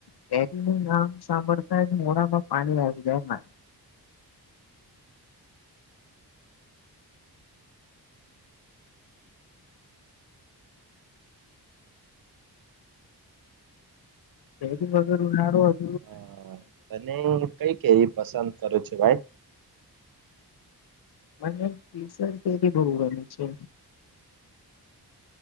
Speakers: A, on the left; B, on the right.
A: કેરીનું નામ સાંભળતા જ મોડામાં પાણી આવી જાયના.
B: હ
A: બૈરી વગરનું હારું હત
B: હ તને કઈ કેરી પસંદ કરો છો ભાઈ.
A: મને કેસર કેરી બહુ ગમે છે.